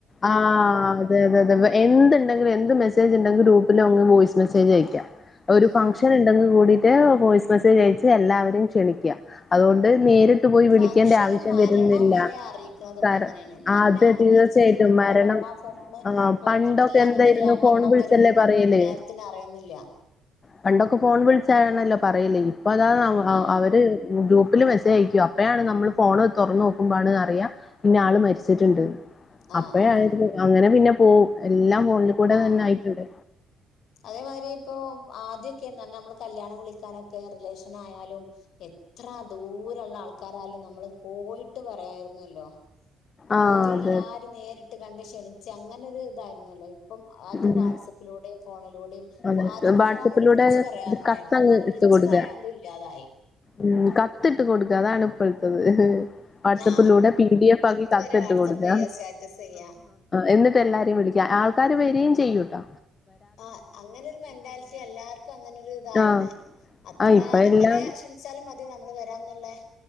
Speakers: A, on the left; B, on the left.
A: ആഹ് അതെ അതെ അതെ എന്ത്‌ണ്ടെങ്കിലും എന്ത് മെസ്സേജ് ഉണ്ടെങ്കിലും ഗ്രൂപ്പില് വോയിസ്‌ മെസ്സേജ് അയക്കാം ഒരു
B: ഉം
A: ഫങ്ക്ഷനുണ്ടെങ്കിൽ കൂടി വോയിസ്‌ മെസ്സേജ് അയച്ച് എല്ലാവരും ക്ഷണിക്കുക അതുകൊണ്ട് നേരിട്ട് പോയി
B: ഫങ്ക്ഷനും
A: വിളിക്കേണ്ട ആവശ്യം
B: മരണം
A: വരുന്നില്ല
B: വരെ അറിയിക്കണതിപ്പ
A: കാരണം
B: അങ്ങനെയാണ് ഞനില്ല
A: അതെ
B: ആള്
A: തീർച്ചയായിട്ടും
B: മരിച്ചത് നമ്മളാ
A: മരണം
B: ഫോണ്
A: ആഹ്
B: നോക്കിയിട്ടില്ലന്നുണ്ടെങ്കിൽ
A: പണ്ടൊക്കെ എന്തായിരുന്നു
B: ആ
A: ഫോൺ
B: മരണം
A: വിളിച്ചല്ലേ
B: വരെ
A: പറയല്
B: നേരത്തിന് അറിയുന്നില്ല ല്ല
A: പണ്ടൊക്കെ ഫോൺ വിളിച്ചരുന്നല്ലോ പറയല്ലേ ഇപ്പൊ അതാ
B: ആഹ്
A: അവര് ഗ്രൂപ്പ്‌ ഗ്രൂപ്പില് മെസേജ് അയക്കോ അപ്പഴയാണ് നമ്മള് ഫോൺ തുറന്ന് നോക്കുമ്പണ് അറിയാ ഇന്നാള് മരിച്ചിട്ടുണ്ട്ന്ന്
B: ആഹ്
A: അപ്പഴ
B: ആഹ്
A: അങ്ങനെ പിന്നെ പോവു എല്ലാം ഫോണിൽ കൂടെ
B: ആഹ്
A: തന്നെ ആയിട്ടുണ്ട്
B: അതേമാതിരി ഇപ്പൊ ആദ്യക്കെ എന്നാന നമ്മള് കല്യാണം വിളിക്കാനൊക്കെ റിലേഷൻ ആയാലും എ എത്ര ദൂരെള്ള ആൾക്കാരായാലും നമ്മള് പോയിട്ട് പറയരുന്നല്ലോ
A: ആഹ്
B: പോയില്ല
A: അതെ
B: ആരും നേരിട്ട് കണ്ട് ക്ഷണിച്ച് അങ്ങനൊ ഒരു ഇതാരുന്നല്ലോ അപ്പം അതും
A: ഉം
B: വാട്സആപ്പിലൂടെയും ഫോണിലൂടെയും
A: അതെ
B: അതൊക്കെ
A: വാട്സപ്പിലൂടെ
B: ഫോണിൽ വിളിച്ച് പറയാറുണ്ടായിരുന്നു
A: ഒരു കത്തങ്ങ്
B: അപ്പൊ വിളിച്ച്
A: ഇട്ട് കൊടുക്ക
B: പറയതും ഇല്ലാതായി
A: ഉം കത്തിട്ട് കൊടുക്ക അതാണിപ്പഴുത്തത് വാട്സആപ്പിലൂടെ
B: ആ
A: പി ഡി എഫ് ആക്കി
B: അത്
A: കത്തിട്ട്
B: വരെ വാട്സപ്പ്
A: കൊടുക്ക
B: ചെയ്യാ സ്റ്റാറ്റസ് ചെയ്യാ
A: എന്നിട്ട് എല്ലാരെയും വിളിക്ക ആൾക്കാര് വര്യയും ചെയ്യൂട്ടാ
B: ആ അങ്ങനെ നൊരു മെന്റാലിറ്റി എല്ലർക്കും അങ്ങനൊരു ഇതായിണ്
A: ആഹ്
B: അത്ര
A: ആഹ് ഇപ്പ
B: അങ്ങനെ
A: എല്ലാം
B: ക്ഷണിച്ചാലും മതി നമ്മള് വരാംന്നുള്ളേ